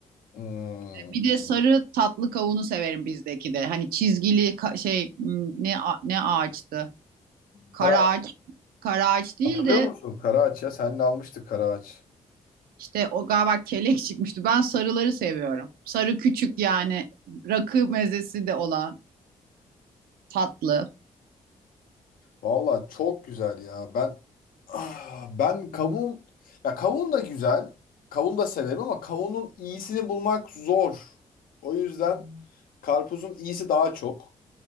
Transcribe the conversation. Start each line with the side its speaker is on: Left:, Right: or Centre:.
Left: Hmm.
Right: Bir de sarı tatlı kavunu severim bizdeki de. Hani çizgili ka- şey m, ne a- ne ağaçtı? Kara
Left: Kara,
Right: ağaç, kara ağaç değil
Left: hatırlıyor
Right: de
Left: musun? Karaağaç ya. Seninle almıştık karaağaç.
Right: işte o galiba kelek çıkmıştı. Ben sarıları seviyorum. Sarı küçük yani rakı mezesi de olan tatlı.
Left: Valla çok güzel ya. Ben Ah, ben kavun ya kavun da güzel. Kavun da severim ama kavunun iyisini bulmak zor. O yüzden karpuzun iyisi daha çok.